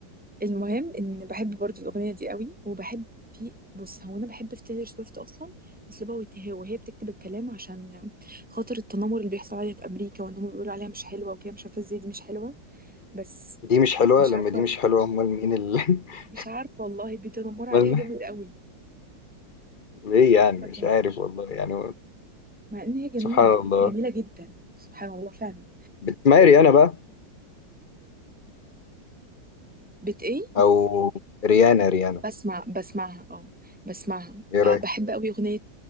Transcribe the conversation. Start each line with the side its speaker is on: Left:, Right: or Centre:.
Centre: المهم ان بحب برضو الاغنيه دي قوي وبحب في بص هو انا بحب في تايلور سويفت اصلا اسلوبها وتهي- وهي بتكتب الكلام عشان خاطر التنمر اللي بيحصل عليها في امريكا وان هم بيقولوا عليها مش حلوه وكده مش عارفه ازاي دي مش حلوه بس
Left: دي مش حلوة
Centre: مش
Left: لما
Centre: عارفه
Left: دي مش حلوة أمال مين اللي <laughs>
Centre: مش عارفه والله بيتنمروا عليها
Left: أمال
Centre: جامد قوي
Left: ليه يعني
Centre: فكانت
Left: مش عارف والله يعني
Centre: مع ان هي جميله
Left: سبحان الله
Centre: جميله جدا سبحان الله فعلا
Left: بتسمعي ريانا بقى
Centre: بت ايه
Left: أو ريانا ريانا
Centre: بسمع بسمعها اه بسمعها
Left: إيه
Centre: أه
Left: رأيك؟
Centre: بحب قوي أغنية